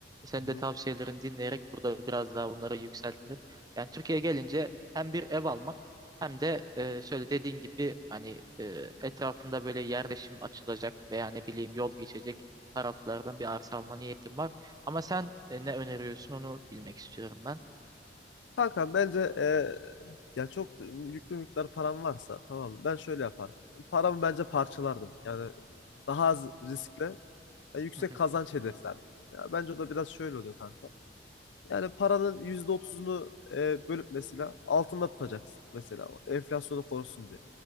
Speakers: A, on the right (about 20°); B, on the left (about 80°).
A: Sen
B: Hı.
A: de tavsiyelerini dinleyerek burada biraz daha bunları yükseltirim. Yani Türkiye'ye gelince hem bir ev almak hem de e, şöyle dediğin gibi hani e, etrafında böyle yerleşim açılacak veya ne bileyim yol geçecek taraflardan bir arsa alma niyetim var. Ama sen e, ne öneriyorsun onu bilmek istiyorum ben.
B: Kanka bence e, yani çok yüklü miktar param varsa tamam mı? Ben şöyle yapardım. Paramı bence parçalardım. Yani daha az riskle yani yüksek
A: Hı hı,
B: kazanç hedeflerdim. Ya bence o da biraz şöyle oluyor kanka. Yani paranın %30'unu e, bölüp mesela altında tutacaksın mesela o enflasyonu korusun diye.